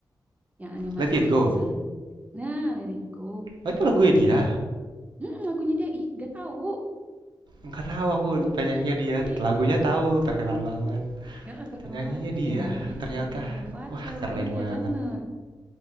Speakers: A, on the right (about 20°); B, on the right (about 75°).
A: yang animasi
B: Let It
A: Frozen
B: Go.
A: nah Let It Go
B: Oh, itu lagunya dia.
A: Mm, lagunya dia ih gak tahu
B: Nggak tahu aku
A: Heeh,
B: penyanyinya dia.
A: iya,
B: Lagunya tahu,
A: heeh.
B: terkenal banget.
A: Heeh, terkenal
B: Penyanyinya
A: banget. Itu
B: dia
A: yang nyanyinya
B: ternyata.
A: si Demi Lovato.
B: Wah, keren
A: Iya
B: banget.
A: bener,